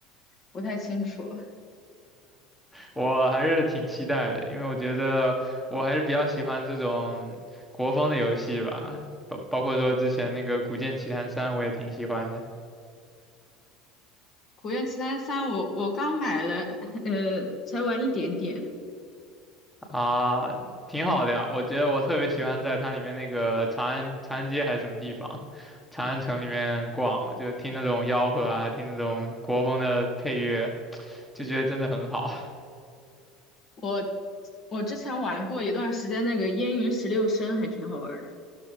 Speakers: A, on the left (about 45°); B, in the centre.
A: 不太清楚。<laughs>
B: 我还是挺期待的，因为我觉得我还是比较喜欢这种国风的游戏吧，包包括说之前那个《古剑奇谭三》，我也挺喜欢的
A: 《古月奇谭三》我我刚买了，呃，才玩一点点。
B: 啊，挺好的呀。我觉得我特别喜欢在它里面那个长安长安街还是什么地方，长安城里面逛，我就听那种吆喝啊，听那种国风的配乐，就觉得真的很好 <laughs>
A: 我我之前玩过一段时间那个《烟云十六声》，还挺好玩的。